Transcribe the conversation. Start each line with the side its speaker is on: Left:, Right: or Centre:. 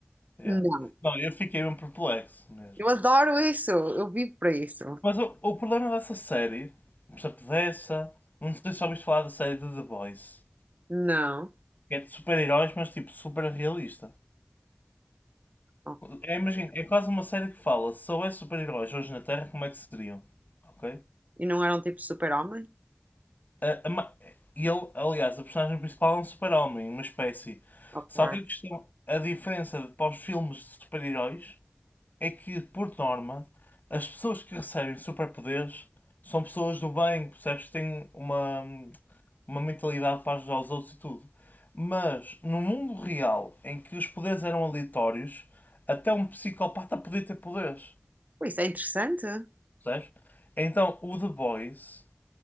Left: yeah.
Right: Não,
Left: Não, eu fiquei mesmo perplexo mesmo.
Right: eu adoro isso, eu vivo para isso.
Left: Mas o, o problema dessa série, por exemplo, dessa, não sei se já ouviste falar da série de The Boys,
Right: Não,
Left: que é de super-heróis, mas tipo super realista.
Right: ok.
Left: É, imagina, é quase uma série que fala se houvesse super-heróis hoje na Terra, como é que seriam? Ok?
Right: E não era um tipo super-homem?
Left: A- a ma- e ele, aliás, a personagem principal é um super-homem, uma espécie.
Right: Ok.
Left: Só que a questão, a diferença de- para os filmes de super-heróis é que, por norma, as pessoas que recebem superpoderes são pessoas do bem, percebes? Que têm uma, uma mentalidade para ajudar os outros e tudo. Mas no mundo real, em que os poderes eram aleatórios, até um psicopata podia ter poderes.
Right: Pô, Isso é interessante.
Left: Percebes? Então o The Boys